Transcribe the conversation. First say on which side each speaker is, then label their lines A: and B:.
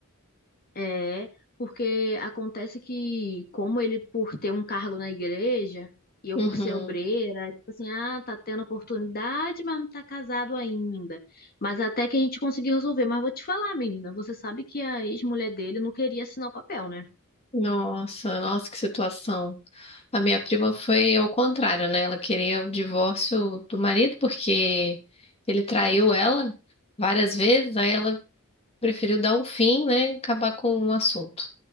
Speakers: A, on the left; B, on the left.
A: É, porque acontece que, como ele por ter um cargo na igreja, e eu
B: Uhum.
A: por ser obreira, tipo assim, ah, tá tendo oportunidade, mas não tá casado ainda. Mas até que a gente conseguiu resolver. Mas vou te falar, menina, você sabe que a ex-mulher dele não queria assinar o papel, né?
B: Nossa, nossa, que situação. A minha prima foi ao contrário, né? Ela queria o divórcio do marido porque ele traiu ela várias vezes, aí ela preferiu dar um fim, né? Acabar com o assunto.